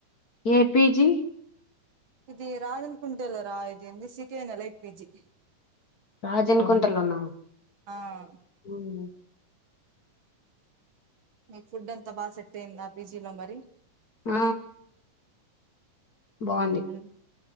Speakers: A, on the left; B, on the right.
A: ఏపీజీ
B: ఇది రాజన్ కుంటెల రా ఇది సకెనెల లేట్ పిజి
A: రాజన్కుంటలోనా
B: ఆ
A: ఉమ్
B: మీకు ఫుడ్ అంతా బాగా సెట్ అయిందా పిజీలో మరి
A: ఆ బాగుంది
B: ఉహు